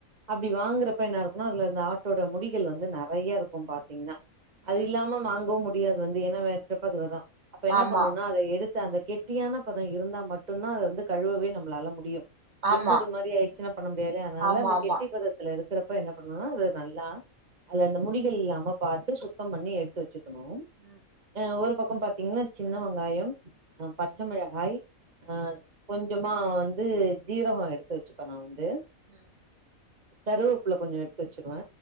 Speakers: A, on the right; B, on the right.
A: அப்டி வாங்குறப்ப என்ன இருக்குனா அதுல வந்து ஆட்டோட முடிகள் வந்து நறைய இருக்கு பாத்திங்ன்னா அது
B: ம்
A: இல்லாம வாங்கவு முடியாது வந்து ஏனா வெட்றப்ப அதுவதா அப்ப என்ன
B: ஆமா
A: பண்ணுனா அத எடுத் <unintelligible> அந்த கெட்டியான பதோ இருந்தா மட்டுதா அத வந்து கழுவவே நம்ளால முடியு லிக்வியூட்
B: ஆமா
A: மாரி ஆயிடுச்சுனா பண்ண முடியாது இல்லையா அதனால
B: ஆமா
A: அந்த
B: ஆமா
A: கெட்டி பதத்துல இருக்ற அப்ப என்ன பண்ணணுனா அது நல்லா அதுல அந்த முடிகள் இல்லாம பாத்து சுத்தம் பண்ணி எடுத்து வச்சுக்கணு
B: ம்
A: அ ஒரு பக்கோ பாத்திங்ன்னா சின்ன வெங்காயம் அ பச்சமிளகாய்
B: ம்
A: அ
B: ம்
A: கொஞ்சமா வந்து ஜீரகம் எடுத்து வச்சுப்பே நா வந்து
B: ம்
A: கருவப்புல கொஞ்சோ எடுத்து வச்சிருவே